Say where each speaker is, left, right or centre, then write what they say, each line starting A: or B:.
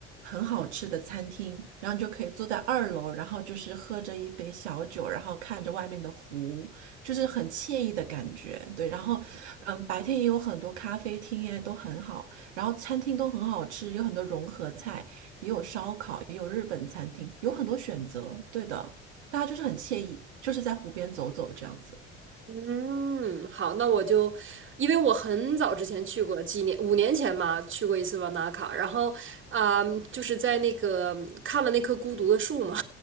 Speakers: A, on the right; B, on the right.
A: 很好吃的餐厅，然后你就可以坐在二楼，然后就是喝着一杯小酒，然后看着外面的湖，就是很惬意的感觉。对，然后嗯，白天也有很多咖啡厅耶，都很好。然后餐厅都很好吃，有很多融合菜，也有烧烤，也有日本餐厅，有很多选择。对的，大家就是很惬意，就是在湖边走走这样子。
B: 嗯，好，那我就，因为我很早之前去过，几年，五年前吧，去过一次瓦纳卡，然后啊、就是在那个看了那棵孤独的树嘛，